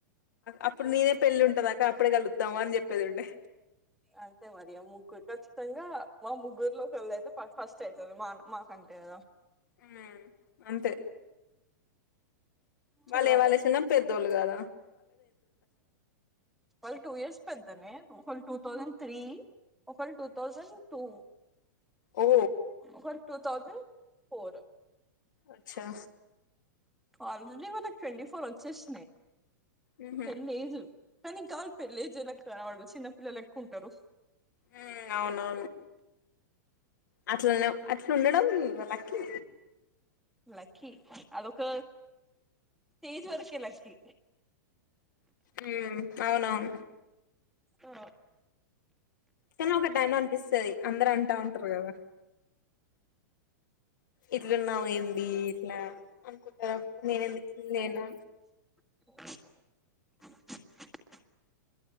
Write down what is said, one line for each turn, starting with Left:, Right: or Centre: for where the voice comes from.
Left: అప్పుడు నేనే పెళ్ళి ఉంటదాక్క అప్పడే కలుద్దామా అని చెప్పేది ఉండే.
Centre: అంతే మరిగ ముగ్కుట్ ఖచ్చితంగా మా ముగ్గురులోకి ఒక వెళ్ళైతే ఫస్ట్ అయితది మా మాకంటే కదా
Left: ఉ అంతే
Centre: చూడాలి
Left: వాళ్లే వే సనా పెద్దోలుగదా
Centre: వాళ్ళు టూ ఇయర్స్ పెద్దనే వాళ్ళు టూ థౌసండ్ త్రీ ఒకరు టూ థౌజండ్ టూ
Left: ఓ
Centre: ఒకరు టూ థౌసండ్ పోరు
Left: అచ్చా
Centre: ఆల్రెడీ వాళ్ళకి ట్వంటీ ఫోర్ వచ్చేసినాయి.
Left: ఉహు
Centre: పెలేజ్ కానీ కాాలి పెళ్ల్ళ ఏజేల వాడు చిన్న పిల్లలు ఎక్కుంటారు.
Left: ఉ అవునవును అట్లనే అట్ల ఉండడం లక్కీ
Centre: లక్కీ అదొ ఒక తేజ్ వరకి లక్కీ
Left: ఉ అవునవును
Centre: ఓ
Left: కాని ఒక టైమ్ లో అనిపిస్తది. అందరు అంటా ఉంటారు కదా. ఇట్లున్నావు ఏంది ఇట్లా అనుకుంటారు అప్పుడు నేను ఎందుకు లేను
Centre: అ